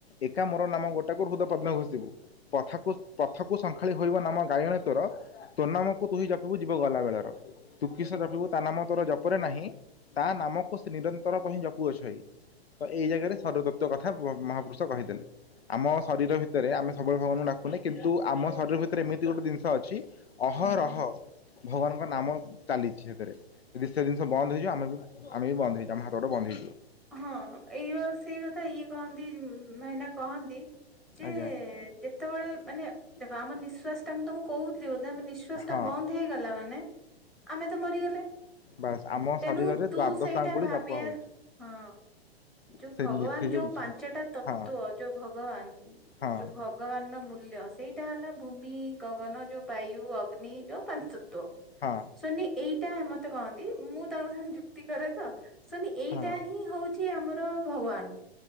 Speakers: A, on the left; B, in the centre.
A: ଏକା ମୋର ନାମ ଗୋଟାକୁୁ ହୃଦ ପଦ୍ମ ଘୋଷିବୁ। ପଥକୁ ପଥକୁ ସଂଙ୍ଖାଳି ହୋଇବ ନାମ ଗାୟଣେ ତୋର, ତୋ ନାମକୁ ତୁହି ଜପୁ କୁ ଯିବ ଗଲା ବେଳର, ତୁକିସ ଜପିବୁ ତା ନାମ ତୋର ଜପରେ ନାହିଁ ତା ନାମକୁ ସେ ନିରନ୍ତର ପାଇଁ ଜପୁଅଛଇ। ତ ଏଇ ଜାଗାରେ ଶରୀର ତତ୍ଵ କଥା ମହା ମହାପୁରୁଷ କହିଦେଲେ, ଆମ ଶରୀର ଭିତ୍ ତରେ ଆମେ ସବୁବେଳେ ଭଗବାନଙ୍କୁ ଡାକୁନି କିନ୍ତୁ ଆମ ଶରୀର ଭିତରେ ଏମିତି ଗୋଟେ ଜିନିଷ ଅଛି ଅହରହ
B: ହୁଁ
A: ଭଗବାନ ତାଙ୍କ ନାମ ଚାଲିଚି ସେଥିରେ, ଯଦି ସେ ଜିନିଷ ବନ୍ଦ ହେଇଯିବ ଆମେ ବି ଆମେ ବି ବନ୍ଦ ହେଇଯୁ ଆମ ହାତ ଗୋଡ଼େ ବନ୍ଦ ହେଇଯିବ।
B: ହଁ ଏଇ ସେଇ କଥା ଇଏ କହନ୍ତି ଭାଇନା କହନ୍ତି। ଯେ
A: ଆଜ୍ଞା
B: ଯେତେବେଳେ ମାନେ ଦେଖ ଆମ ନିଶ୍ଵାସ ଟା ମୁଁ ତମକୁ କହୁଥିଲି ବୋଧ। ଆମ ନିଃଶ୍ଵାସ
A: ହଁ
B: ଟା ବନ୍ଦ ହେଇଗଲା ମାନେ ଆମେ ତ ମରିଗଲେ।
A: ବାସ୍ ଆମ
B: ତେଣୁ
A: ଶରୀରରେ
B: ତୁ
A: ଦ୍ଵାଦଶ
B: ସେଇଟା
A: ଆଙ୍ଗୁଳି
B: ଭାବିବା
A: ଜପ ହଉଛି।
B: ହଁ। ଯୋଉ
A: ସେ
B: ଭଗବାନ
A: ନି ସେ
B: ଯୋଉ ପାଞ୍ଚଟା ତତ୍ଵ
A: ହଁ
B: ଯୋଉ ଭଗବାନ
A: ହଁ
B: ଯୋଉ ଭଗବାନ ମୂଲ୍ୟ ସେଇଟା ହେଲା ଭୂମି, ଗଗନ ଯୋଉ ବାୟୁ, ଅଗ୍ନି ଯୋଉ ପାଞ୍ଚ ତତ୍ୱ
A: ହଁ
B: ସୁନି ଏଇଟା ମତେ କହନ୍ତି। ମୁଁ ତାଙ୍କ ସାଙ୍ଗେ ଯୁକ୍ତି କରେ ତ ସୁନ
A: ହଁ
B: ତ୍ୟା ହିଁ ହୋଉଚି ଆମର ଭଗବାନ